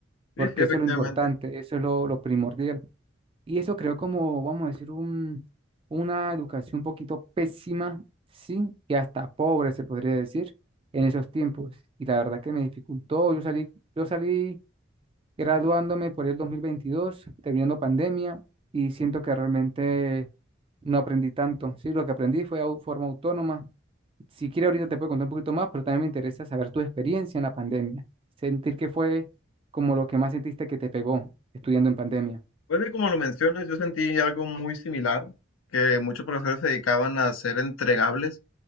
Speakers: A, on the right (about 25°); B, on the left (about 80°).
A: porque
B: Sí, sí, efectivamente.
A: eso es lo importante, eso es lo, lo primordial. Y eso creo como, vamos a decir, un, una educación un poquito pésima, sí, y hasta pobre se podría decir en esos tiempos. Y la verdad que me dificultó, yo salí, yo salí graduándome por ahí el 2022 terminando pandemia, y siento que realmente no aprendí tanto, sí, lo que aprendí fue de forma autónoma, si quiere ahorita te puedo contar un poquito más, pero también me interesa saber tu experiencia en la pandemia. Sentir que fue como lo que más sentiste que te pegó estudiando en pandemia.
B: Pues sí, como lo mencionas, yo sentí algo muy similar, que muchos profesores se dedicaban a hacer entregables